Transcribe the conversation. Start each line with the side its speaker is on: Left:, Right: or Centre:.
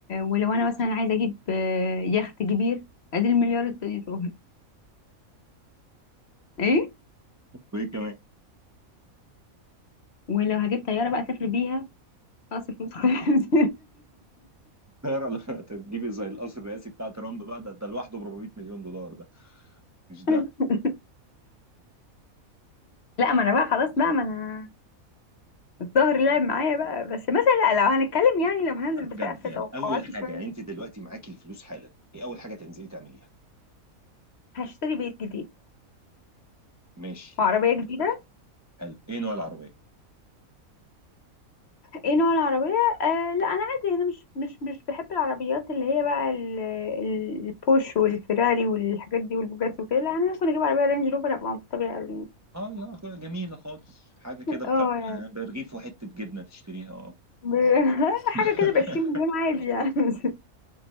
Left: ولو انا مثلا عايزة اجيب آه، يخت كبير ادي المليار التاني طار ايه
Right: وايه كمان
Left: ولو هجيب طيارة بقى اسافر بيها خلاص الفلوس خلصت
Right: <laughs> طيارة لا تجيبي زي القصر الرئاسي بتاع ترامب بقى ده ده لوحده ب 400 مليون دولار ده مش ده
Left: <laughs> لا ما انا بقى خلاص بقى ما انا الظهر لعب معايا بقى بس مثلا لا لو هنتكلم يعني لو هننزل
Right: بجد
Left: بسقف
Right: يعني
Left: توقعاتي
Right: اول حاجه
Left: شوية
Right: يعني انت دلوقتي معاكي الفلوس حالا ايه اول حاجه تنزلي تعمليها
Left: هشتري بيت جديد
Right: ماشي
Left: وعربية جديدة
Right: حلو ايه نوع العربيه
Left: ايه نوع العربية؟ آه لا انا عادي انا مش مش مش بحب العربيات اللي هي بقى ال- ال- البوش والفيراري والحاجات دي والبوجاتي وكده لا انا ممكن اجيب عربية رينج روفر ابقى مبسوطة بيها أوي يعني
Right: اه لا خ- جميلة خالص حاجة كده
Left: اه
Right: بفكة
Left: يعني
Right: برغيف وحتة جبنة تشتريها اه
Left: ب- <laughs> حاجة
Right: <laughs>
Left: كده ب 20 مليون عادي يعني <laughs>